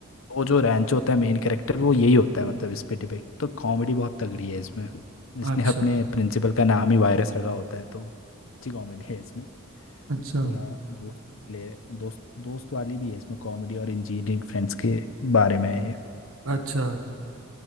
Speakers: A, on the left (about 70°); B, on the right (about 80°).
A: वो जो रैंचो होता है मेन कैरेक्टर वो यही होता है मतलब इस पे डिपेक्ट तो कॉमेडी बहुत तगड़ी है इसमें इसने
B: अच्छा
A: अपने प्रिंसिपल का नाम ही वायरस रखा होता है तो अच्छी कॉमेडी है इसमें
B: अच्छा
A: थोड़ा दोस्त ले दोस्त दोस्त वाली भी है इसमें कॉमेडी और इंजीनियरिंग फ्रेंड्स के बारे में है ये
B: अच्छा